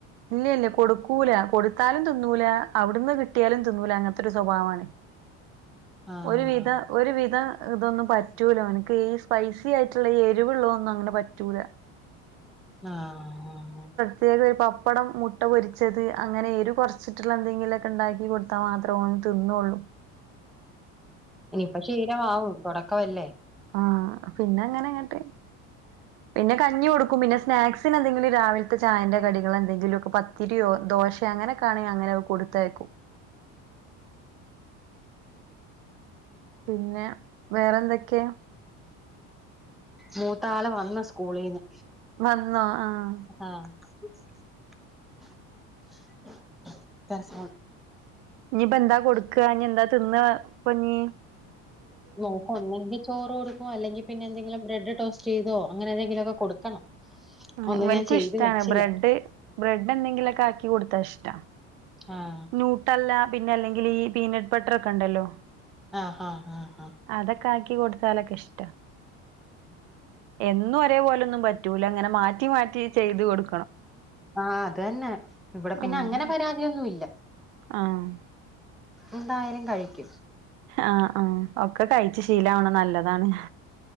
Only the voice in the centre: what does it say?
ആഹ്
ആഹ
ഇനിപ്പ ശീലമാവും തുടക്കമല്ലേ?
മൂത്താള് വന്ന് സ്കൂളീന്ന്.
ആഹ്. <inaudible>
നോക്കൊന്നെങ്കി ചോ- റ് കൊടുക്കു. അല്ലെങ്കി പിന്നെ- എന്തെങ്കിലും ബ്രെഡ് ടോസ്റ്റ്- ചെയ്തോ അങ്ങനെ എന്തെങ്കിലുവൊക്കെ കൊടുക്കണം.
ഒന്നും
ഞാൻ ചെയ്ത്
വെച്ചില്ല
ആഹ്
ആഹ് ഹാ ഹാ ഹാ
ആഹ് അത് തന്നെ ഇവിടെ പിന്നെ
അങ്ങനെ പരാതിയൊന്നും ഇല്ല
എന്തായാലും കഴിക്കും